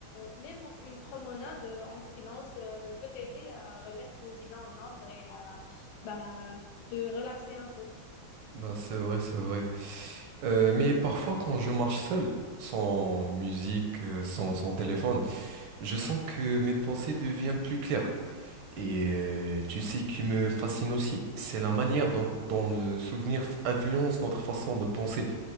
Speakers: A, on the left; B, on the right.
A: même une promenade euh, en silence euh, peut t'aider à remettre les idées en ordre et à bah, te relaxer un peu.
B: Ben, c'est vrai, c'est vrai. Euh, mais parfois, quand je marche seul, sans musique, euh, sans, sans téléphone, je sens que mes pensées deviennent plus claires. Et euh, tu sais qui me fascine aussi, c'est la manière dont, dont le souvenir f- influence notre façon de penser.